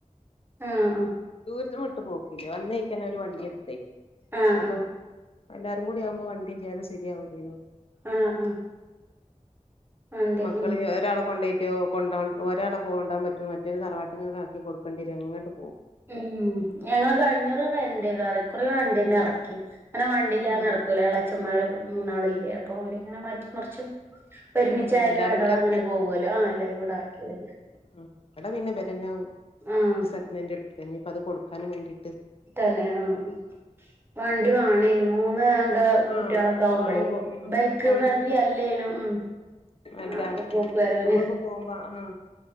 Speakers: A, on the right (about 15°); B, on the left (about 50°).
A: ആഹ്
B: ദൂരതുവിട്ട് പോക്കില്ല വന്നിക്കണൊരു വണ്ടിയെടുത്തേ
A: ആഹ് ആഹ്
B: അപ്പൊ
A: ആഹ്
B: എല്ലാരും കൂടിയാവുമ്പോ വണ്ടിയില്ലാതെ സെരിയാവുല്ലേനു.
A: ആ ആഹ്. അതെ
B: മക്കളിഞ്ഞ്
A: ഉം
B: ഒരാളെ കൊണ്ടൊയിറ്റ് കൊണ്ടോവാൻ ഒരാളെപ്പോ കൊണ്ടാവാൻ പറ്റോ മറ്റോരെ തറവാട്ടിങ്ങിക്കാക്കി കൊടുക്കണ്ടിവരും എങ്ങട്ടു
A: ഉം ഞങ്ങള് കഴിഞ്ഞകുറി റെൻ്റ് കാറ് ഇക്കുറി വണ്ടീനെറക്കി കാരണം വണ്ടില്ലാതെ
B: ഉം
A: നട ക്കൂല ഇളേയച്ചന്മാരൊക്കെ മൂന്നാളില്ലേ അപ്പോ ഓരിങ്ങനെ മാറ്റി മറിച്ചും ഒരുമിച്ചായാലും
B: ഉം ഉം എല്ലാരും
A: അടവങ്ങനെ
B: കൂടി എറക്കിയ
A: പോവൂവല്ലോ ആ എല്ലാരുംകൂടെ അടക്കുവല്ലേ.
B: ഉം ഇവടെ പിന്നെ ഇബരന്നെ
A: ആഹ്
B: സെക്കൻഡ് എടുത്തു ഇനിപ്പത് കൊടുക്കാനും വേണ്ടിട്ട്.
A: തന്നെ ആഹ് വണ്ടി വാങ്ങണേനും. മൂന്ന് അംഗ
B: ആഹ്
A: കുട്ടികളൊക്കെയാവുമ്പഴേ
B: ആവുമ്പോ ഉം
A: ബൈക്ക്
B: അവർക്ക്
A: ഫാമിലി അല്ലേനും ഉം.
B: അല്ല
A: അപ്പൊ പോക്ക് വരവിന്
B: നമ്മളിപ്പോ പോവുമ്പ ആഹ്